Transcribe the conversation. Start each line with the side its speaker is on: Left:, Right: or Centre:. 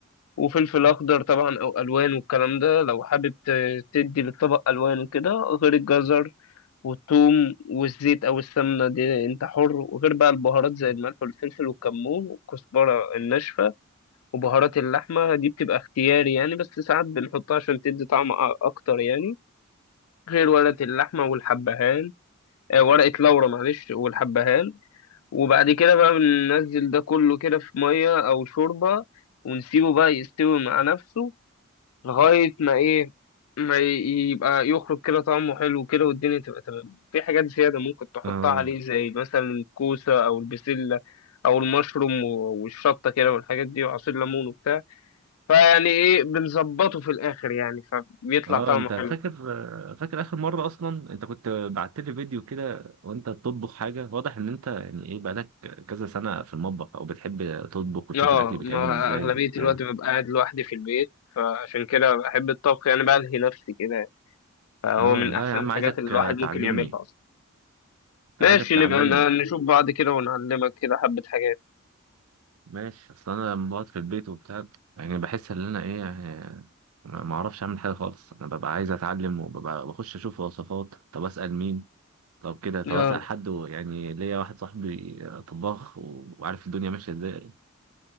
Left: وفلفل اخضر طبعا او الوان والكلام ده لو حابب ت- تدي للطبق الوان وكده غير الجزر والثوم والزيت او السمنه دي انت حر وغير بقى البهارات زي الملح والفلفل والكمون والكزبره الناشفه وبهارات اللحمه دي بتبقى اختياري يعني بس ساعات بنحطها عشان تدي طعم أ- اكتر يعني غير ورقه اللحمه والحبهان آه، ورقه لورا معلش والحبهان وبعد كده بقى بننزل ده كله كده في ميه او شوربه ونسيبه بقى يستوي مع نفسه لغاية ما إيه ما ي- يبقى يخرج كده طعمه حلو كده والدنيا تبقى تمام في حاجات زيادة ممكن تحطها
Right: اه
Left: عليه زي مثلا الكوسة أو البسلة أو المشروم و- والشطة كده والحاجات دي وعصير ليمون وبتاع فيعني إيه بنظبطه في الآخر يعني فبيطلع
Right: اه
Left: طعمه
Right: انت
Left: حلو
Right: فاكر فاكر اخر مره اصلا انت كنت بعت لي فيديو كده وانت بتطبخ حاجه واضح ان انت يعني ايه بقالك كذا سنه في المطبخ او بتحب تطبخ وتشوف
Left: آه
Right: الاكل بيتعمل
Left: ما
Right: ازاي
Left: أغلبية
Right: وبتاع
Left: الوقت ببقى قاعد لوحدي في البيت فعشان كده بحب الطبخ يعني بلهي نفسي كده فهو
Right: اه
Left: من
Right: لا
Left: أحسن
Right: يا عم
Left: الحاجات
Right: عايزك
Left: اللي الواحد
Right: آه، تعلمني
Left: ممكن يعملها أصلا
Right: انت
Left: ماشي
Right: عايزك تعلمني
Left: نبقى ن- نشوف بعض كده ونعلمك كده حبة حاجات
Right: ماشي اصل انا لما بقعد في البيت وبتاع يعني بحس ان انا ايه يعني ما ما اعرفش اعمل حاجه خالص انا ببقى عايز اتعلم وببقى بخش اشوف وصفات طب اسال مين طب كده طب
Left: آه.
Right: اسال حد يعني ليا واحد صاحبي طباخ وعارف الدنيا ماشيه ازاي